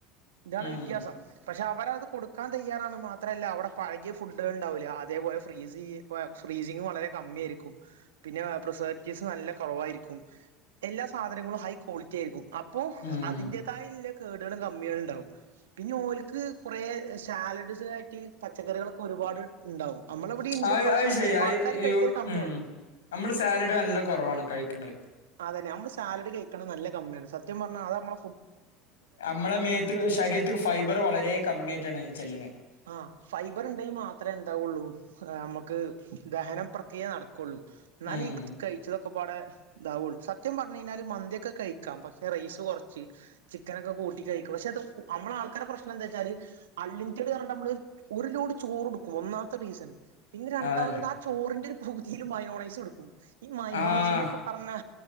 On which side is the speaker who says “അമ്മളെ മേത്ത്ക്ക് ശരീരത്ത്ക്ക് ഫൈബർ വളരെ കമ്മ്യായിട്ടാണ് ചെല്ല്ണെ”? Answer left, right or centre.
Left